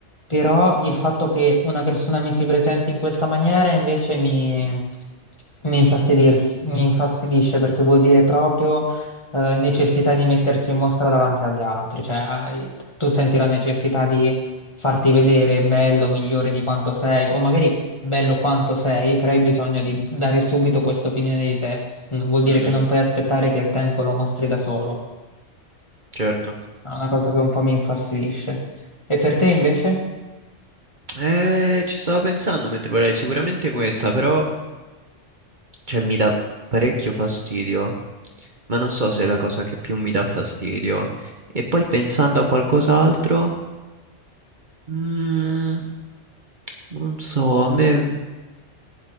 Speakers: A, on the left (about 25°); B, on the right (about 40°).
A: Però il fatto che una persona mi si presenti in questa maniera invece mi, mi infastidirs- mi infastidisce perché vuol dire proprio eh, necessità di mettersi in mostra davanti agli altri. Cioè, hai- tu senti la necessità di farti vedere bello, migliore di quanto sei, o magari bello quanto sei, però hai bisogno di dare subito questa opinione di te. Mm, Vuol dire
B: mhm,
A: che non puoi aspettare che il tempo lo mostri da solo.
B: certo.
A: È una cosa che un po' mi infastidisce. E per te invece?
B: Eh, ci stavo pensando mentre parlavi, sicuramente questa, però cioè mi dà parecchio fastidio, ma non so se è la cosa che più mi dà fastidio. E poi pensando a qualcos'altro, mm, non so, a me